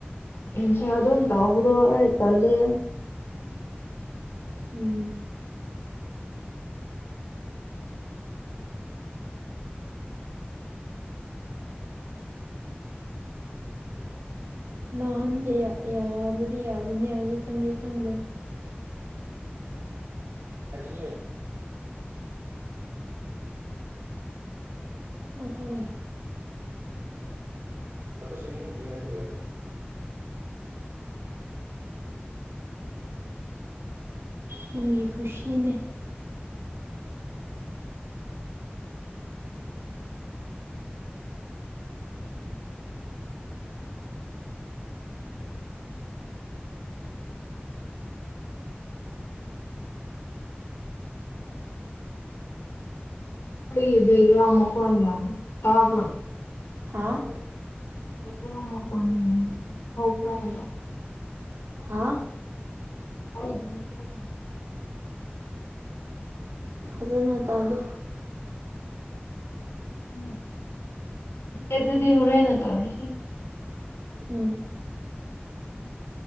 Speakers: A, on the left; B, on the right.
A: ꯏꯟꯁꯜ ꯗꯨꯝ ꯇꯥꯎꯕꯗ ꯑꯩ ꯇꯜꯂꯦ
B: ꯎꯝ ꯅꯍꯥꯟꯗꯤ ꯌꯥꯕꯨꯗꯤ ꯌꯥꯕꯅꯦ ꯍꯧꯖꯤꯛꯀꯥꯟꯗꯤ ꯈꯪꯗꯦ ꯑꯃꯨ ꯗ ꯇꯧꯋꯦ ꯀꯛꯆꯤꯡ ꯗꯤꯡꯔ ꯊꯣꯑꯦ ꯅꯪꯒꯤ ꯈꯨꯁꯤꯅꯦ
A: ꯑꯩꯌꯦ ꯕꯦꯡꯒꯔ꯭ꯟ ꯃꯈꯣꯟ ꯌꯥꯝ ꯇꯥꯕꯔꯣ
B: ꯍꯥꯥ
A: ꯕꯦꯡꯒꯔ꯭ꯟ ꯃꯈꯣꯟ ꯌꯥꯝ ꯍꯧꯕꯔꯥ ꯍꯥꯏꯕ
B: ꯍꯥ
A: ꯑꯩꯅꯤ <unintelligible>
B: ꯐꯖꯅ ꯇꯥꯗꯦ
A: <unintelligible> ꯑꯗꯨꯗꯤ ꯍꯔꯦꯅ ꯇꯧꯔꯁꯦ
B: ꯎꯝ
A: ꯎꯝ